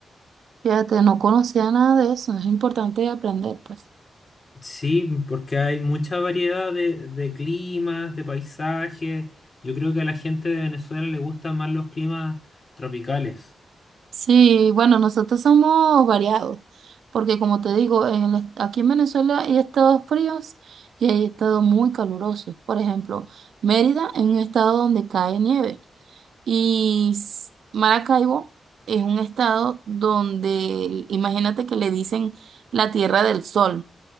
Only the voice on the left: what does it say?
Sí, porque hay mucha variedad de, de climas, de paisajes. Yo creo que a la gente de Venezuela le gustan más los climas tropicales.